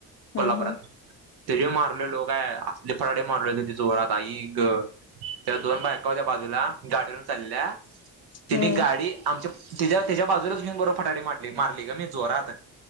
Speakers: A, on the left (about 40°); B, on the right (about 65°).
A: हम्म
B: कोल्हापुरातात ते जे मारले लोक आहे असले फराडे मारले त जोरात आई ग तेव्हा दोन बायका होत्या बाजूला गाडीवरून चालल्या तिनी
A: हम्म
B: गाडी
A: हम्म
B: आमच्याच्या त्याच्या बाजूलाच घेऊन बरो फटाडी मारली मारली ग मी जोरात